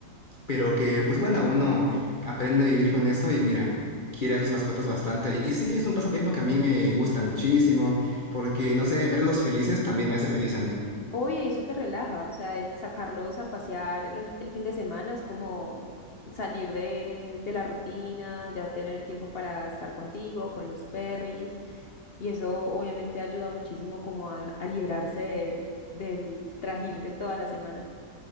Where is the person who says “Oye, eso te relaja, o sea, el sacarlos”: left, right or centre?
Left